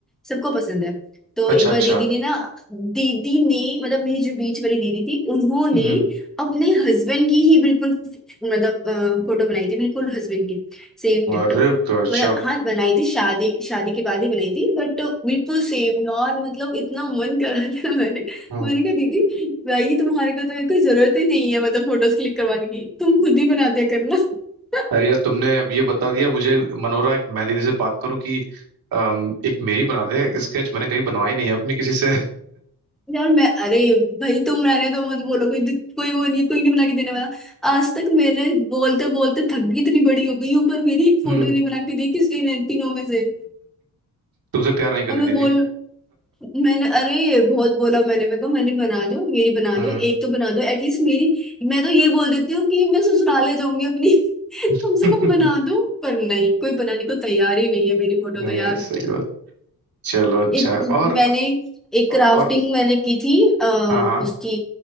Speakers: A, in the centre; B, on the right.
A: सबको पसंद है तो एक
B: अच्छा अच्छा
A: बार दीदी ने ना दीदी ने मतलब मेरी जो बीच वाली दीदी थी उन्होंने
B: हम्म
A: अपने हस्बैंड की ही बिल्कुल मतलब फोटो बनाई थी बिल्कुल हस्बैंड की सेम डिट्टो
B: अरे गजब
A: मतलब हाँ बनाई थी शादी शादी के बाद ही बनाई थी बट बिल्कुल सेम यार मतलब इतना मन कर रहा था मैंने
B: हम्म
A: मैंने कहा दीदी भाई तुम्हारे को तो कोई जरूरत ही नहीं है मतलब फोटोज क्लिक करवाने की तुम खुद ही बनाते करना <laughs>
B: अरे यार तुमने अब ये बता दिया मुझे मन हो रहा है कि मैं दीदी से बात करूं कि अम, एक मेरी बना दे स्केच मैंने कभी बनवाई नहीं है अपनी किसी से
A: यार मैं अरे भाई तुम रहने दो मत बोलो कोई दिक- कोई वो नहीं कोई नहीं बना के देने वाला आज तक मैंने बोलते बोलते थक गई इतनी बड़ी हो गई हूँ पर मेरी एक फोटो
B: हम्म
A: नहीं बना के दी किसी ने तीनों में से
B: तुमसे प्यार नहीं
A: और
B: करती
A: मैं
B: दीदी
A: बोल मैंने अरे बहुत बोला मैंने मैं कहा मैंने बना दो मेरी बना
B: हम्म
A: दो एक तो बना दो एटलीस्ट मेरी मैं तो ये बोल देती हूँ कि मैं ससुराल ले जाऊंगी अपनी <laughs> कम
B: <laughs>
A: से कम बना दो पर नहीं कोई बनाने को तैयार ही नहीं है मेरी फोटो
B: नहीं
A: तो यार
B: सही बात चलो अच्छा
A: एक
B: है। और
A: मैंने एक क्राफ्टिंग
B: और
A: मैंने की थी आ,
B: हाँ हाँ
A: उसकी